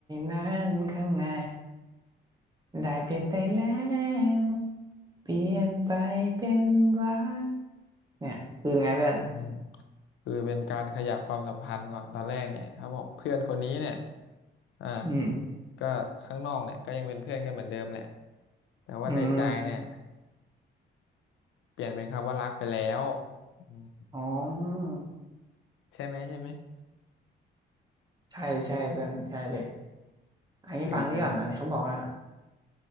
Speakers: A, on the right; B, on the left.
A: นั้นข้างในได้เปลี่ยนไปแล้วเปลี่ยนไปเป็นรักเนี่ยคือไงเพื่อน
B: อืมคือเป็นการขยับความสัมพันธ์ก่อนตอนแรกเนี่ยเขาบอกเพื่อนคนนี้เนี่ยอ่า
A: อืม
B: ก็ข้างนอกเนี่ยก็ยังเป็นเพื่อนกันเหมือนเดิมแหละแต่ว่าในใจเนี่ย
A: อืม
B: เปลี่ยนเป็นคำว่ารักไปแล้วอืม
A: อ๋อ
B: ใช่ไหมใช่ไหม
A: ใช่ใช่เพื่อนใช่เลยอันนี้ฟังนี่ก่อนนะนี่เขาบอกว่า
B: กรีนนะ